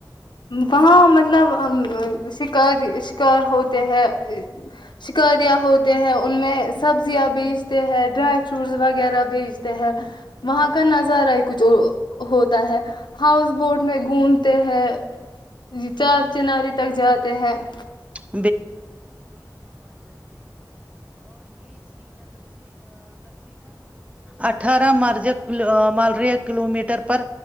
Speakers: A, on the left (about 80°); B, on the right (about 15°).
A: وہاں مطلب شکاری شکار ہوتے ہیں شکاریاں ہوتے ہیں ان میں سبزیاں بیچتے ہیں ڈرائی فروٹس وغیرہ بیچتے ہیں وہاں کا نظارہ ہی کچھ ہوتا ہے ہاؤس بوٹ میں گند <unintelligible> ہیں چار چناری تک جاتے ہیں <unintelligible>
B: <unintelligible> اٹھارہ مارچک مالریا <unintelligible> کلو میٹر پر